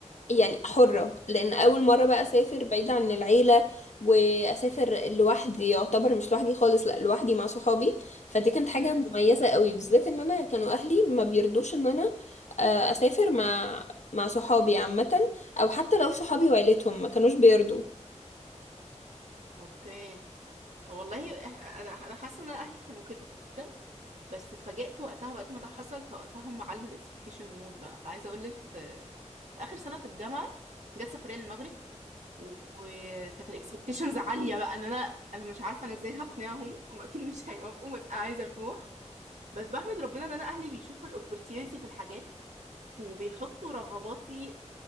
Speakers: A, on the left; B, on the right.
A: يعني حرة لأن أول مرة بقى أسافر بعيدة عن العيلة وأسافر لوحدي يعتبر مش لوحدي خالص لأ لوحدي مع صحابي فدي كانت حاجة
B: امم
A: مميزة قوي بالذات إن أنا كانوا أهلي ما بيرضوش إن أنا آه، أسافر مع مع صحابي عامة أو حتى لو صحابي وعيلتهم ما كانوش بيرضوا
B: اوكي والله إح- انا انا حاسه ان اهلي كانوا كده بس اتفاجئت وقتها بعد ما ده حصل فوقتها هم علوا الاكسبكتيشنز مود بقى فعايزه اقول لك في في اخر سنه في الجامعه جت سفريه للمغرب وكانت الاكسبكتيشنز عاليه بقى ان انا انا مش عارفه انا ازاي هقنعهم هم اكيد مش هيوافقوا بس انا عايزه اروح بس بحمد ربنا ان انا اهلي بيشوفوا الاوبورتيونيتي في الحاجات وبيحطوا رغباتي